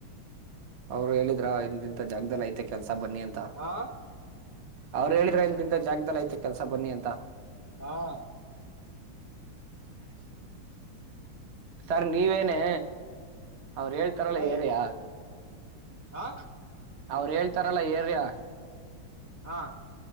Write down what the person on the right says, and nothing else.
ಅವರು ಹೇಳಿದ್ರ ಇಂತ ಜಾಗ್ದದಲ್ಲಿ ಐತೆ ಕೆಲ್ಸ ಬನ್ನಿ ಅಂತ
ಅವ್ರು ಹೇಳಿದ್ರ ಇ ತಿಂದ ಜಾಗ್ದದಲ್ಲಿ ಐತೆ ಕೆಲ್ಸ ಬನ್ನಿ ಅಂತ
ಸರ್ ನೀವೇನೆ ಅವ್ರ ಹೇಳ್ತಾರಲ್ಲ
ಏರಿಯ
ಅವ್ರು ಹೇಳ್ತಾರಲ್ಲ ಏರ್ಯ